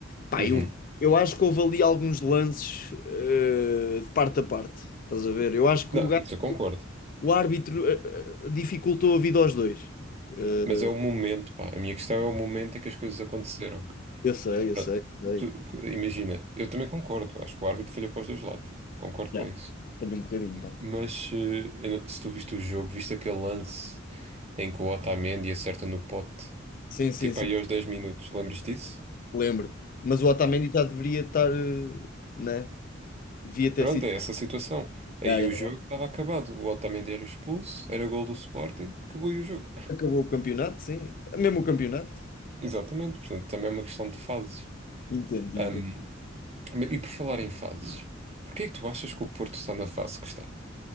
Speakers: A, on the left; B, on the right.
A: pá,
B: Uhum.
A: eu, eu acho que houve ali alguns lances eh, de parte a parte, estás a ver? Eu acho que
B: Não,
A: o, ga-
B: isso eu concordo.
A: o árbitro eh, eh, dificultou a vida aos dois. Eh,
B: Mas é o momento, pá. A minha questão é o momento em que as coisas aconteceram.
A: eu sei, eu
B: Pronto,
A: sei, eu sei.
B: tu- cu- imagina, eu também concordo. Acho que o árbitro falhou para os dois lados. Concordo com
A: Já,
B: isso.
A: tenho um bocadinho, pá.
B: Mas eh, eu não- se tu viste o jogo, viste aquele lance em que o Otamendi acerta no pote,
A: Sim, sim,
B: tipo
A: sim,
B: aí aos 10 minutos, lembras disso?
A: lembro. Mas o Otamendi já deveria estar, eh, né? Devia ter
B: Pronto,
A: sido.
B: é essa situação. Aí
A: Já, já.
B: o jogo estava acabado. O Otamendi era expulso, era gol do Sporting, acabou aí o jogo.
A: Acabou o campeonato, sim. Mesmo o campeonato.
B: Exatamente, portanto, também é uma questão de fases.
A: Entendo,
B: Ahm,
A: entendo.
B: e por falar em fases, porquê é que tu achas que o Porto está na fase que está?